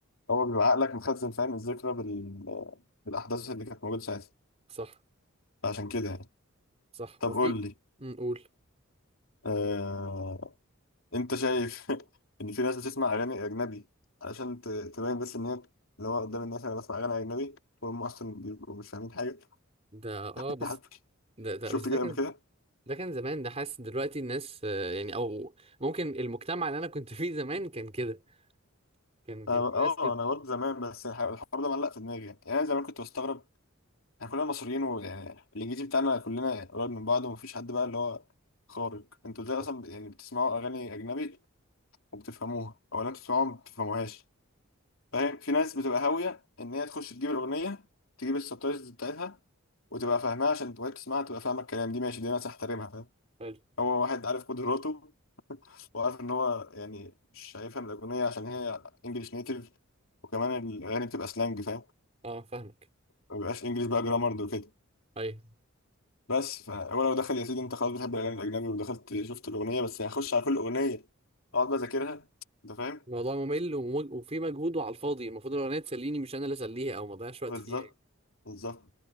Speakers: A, on the left; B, on the right.
A: هو بيبقى عقلك مخزن فاهم الذكرى بال... بالأحداث اللي كانت موجودة ساعتها
B: صح
A: فعشان كده يعني
B: صح
A: طب
B: وفي
A: قول
B: في
A: لي
B: أمم، قول
A: آه... أنت شايف <laughs> إن في ناس بتسمع أغاني أجنبي علشان ت... تبين بس إن هي اللي هو قدام الناس أنا بسمع أغاني أجنبي وهم أصلا بيبقوا مش فاهمين حاجة
B: ده اه
A: <laughs>
B: بس ده ده
A: شفت
B: بس ده
A: كده
B: كان
A: قبل كده؟
B: ده كان زمان ده حاسس دلوقتي الناس آه، يعني او ممكن المجتمع اللي انا كنت فيه زمان كان كده كان كان
A: أنا- اه
B: في ناس كده
A: انا برضه زمان بس الح- الحوار ده معلق في دماغي يعني يعني انا زمان كنت بستغرب احنا كلنا مصريين ويعني الانجليزي بتاعنا كلنا قريب من بعض ومفيش حد بقى اللي هو خارق انتوا ازاي
B: اه
A: اصلا بت- يعني بتسمعوا اغاني اجنبي وبتفهموها ولا انتوا بتسمعوها ما بتفهموهاش فاهم في ناس بتبقى هاويه ان هي تخش تجيب الاغنيه تجيب السبتايتلز بتاعتها وتبقى فاهمها عشان تبقى تسمعها تبقى فاهمه الكلام دي ماشي دي ناس احترمها فاهم
B: حلو
A: هو واحد عارف قدراته وعارف ان هو يعني مش هيفهم الاغنيه عشان هي انجلش نيتيف وكمان الاغاني بتبقى سلانج فاهم
B: اه فاهمك
A: ما بيبقاش انجلش بقى جرامر وكده
B: ايوه
A: بس فهو لو دخل يا سيدي انت خلاص بتحب الاغاني الاجنبي ودخلت شفت الاغنيه بس هخش على كل اغنيه اقعد بقى اذاكرها انت فاهم
B: الموضوع ممل وم- وفي مجهود وعلى الفاضي المفروض الاغنيه تسليني مش انا اللي اسليها او ما اضيعش وقت
A: بالظبط
B: فيها يعني.
A: بالظبط